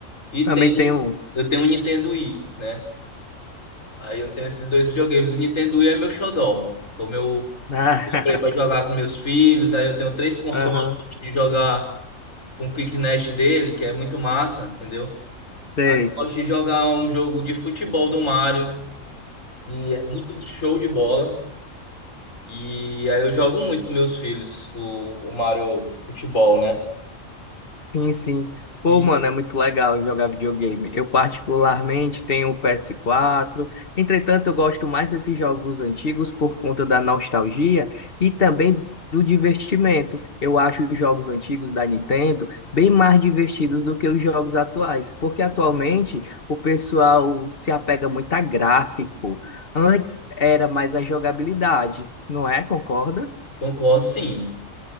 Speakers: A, on the left (about 70°); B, on the left (about 45°).
A: e
B: também
A: tem,
B: tem um. <laughs>
A: eu tenho um Nintendo Wii, né? Aí eu tenho esses dois videogames. O Nintendo Wii é meu xodó. Foi o meu.
B: Ah,
A: Eu comprei pra jogar com meus filhos. Aí eu tenho três consoles.
B: aham,
A: Eu gosto de jogar com o Quick Nest dele, que é muito massa, entendeu?
B: sei.
A: Aí eu gosto de jogar um jogo de futebol do Mario. E é muito show de bola. E aí eu jogo muito com meus filhos o, o Mario Futebol, né?
B: Sim, sim. Pô,
A: E
B: mano, é muito legal jogar videogame. Eu particularmente tenho o ps quatro Entretanto, eu gosto mais desses jogos antigos por conta da nostalgia e também do divertimento. Eu acho os jogos antigos da Nintendo bem mais divertidos do que os jogos atuais, porque atualmente o pessoal se apega muito a gráfico. Antes era mais a jogabilidade, não é? Concorda?
A: concordo, sim.